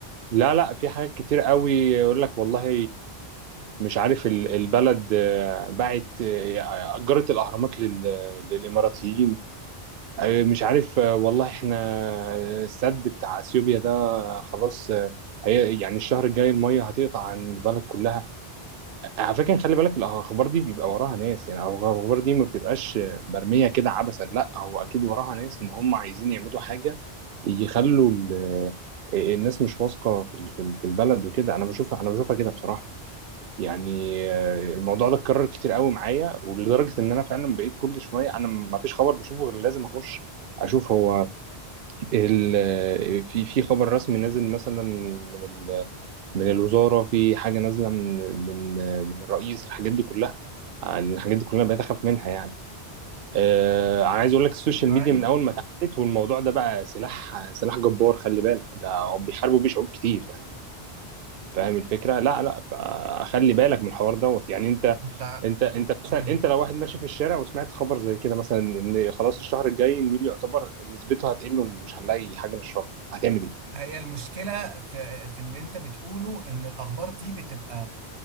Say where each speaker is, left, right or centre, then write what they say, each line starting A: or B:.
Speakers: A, on the right; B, on the right.
A: لا لا في حاجات كتير قوي يقول لك والله مش عارف ال- البلد آه، باعت آه، أجرت الأهرامات لل- للإماراتيين آه، مش عارف آه، والله احنا آه، السد بتاع أثيوبيا ده خلاص آه، هي يعني الشهر الجاي المية هتقطع عن البلد كلها على فكرة خلي بالك الأخبار دي بيبقى وراها ناس يعني أو الأخبار دي ما بتبقاش مرمية كده عبثا لا هو أكيد وراها ناس إن هم عايزين يعملوا حاجة يخلوا ال- الناس مش واثقة في ال- في ال- في البلد وكده أنا بشوفها أنا بشوفها كده بصراحة يعني آه، الموضوع ده اتكرر كتير قوي معايا ولدرجة إن أنا فعلا بقيت كل شوية أنا ما فيش خبر بشوفه غير لازم أخش أشوف هو ال- في في خبر رسمي نازل مثلا من ال- من الوزارة في حاجة نازلة من من من الرئيس الحاجات دي كلها الحاجات دي كلها بقيت أخاف منها يعني آه، أنا عايز أقول لك السوشيال
B: معايا
A: ميديا من أول ما اتعملت والموضوع ده بقى سلاح سلاح جبار خلي بالك ده هم بيحاربوا بيه شعوب كتير يعني فاهم الفكرة؟ لا لا فخلي بالك من الحوار دوت يعني أنت
B: انت
A: انت انت مثلا
B: مم.
A: انت لو واحد ماشي في الشارع وسمعت خبر زي كده مثلا ان خلاص الشهر الجاي النيل يعتبر نسبته هتقل ومش هنلاقي حاجه نشربها هتعمل ايه؟
B: هي المشكلة في في اللي انت بتقوله ان الاخبار دي بتبقى